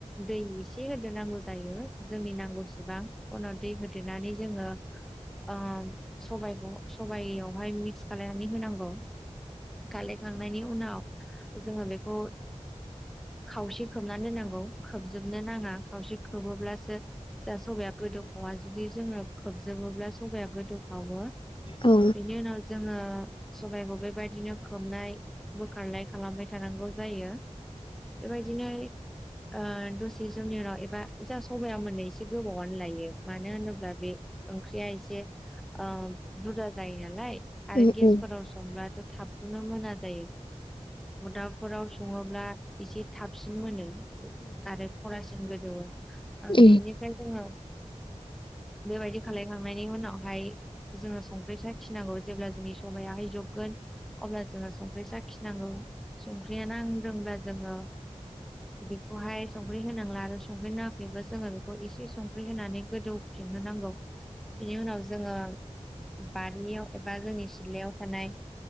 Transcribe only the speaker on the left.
औ
उम
उम
उम